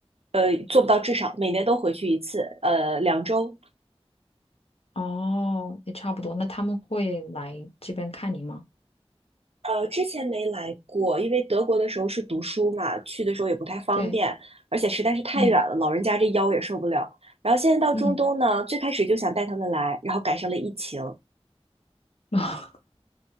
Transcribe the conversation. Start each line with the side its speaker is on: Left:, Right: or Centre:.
Right: 呃，做不到至少每年都回去一次，呃，两周
Left: 哦，也差不多。那他们会来这边看你吗？
Right: 呃，之前没来过，因为德国的时候是读书嘛，去的时候也不太方便，
Left: 对，
Right: 而且实在是太远了，
Left: 嗯
Right: 老人家这腰也受不了。然后现在到中东呢，
Left: 嗯。
Right: 最开始就想带他们来，然后赶上了疫情。
Left: <laughs>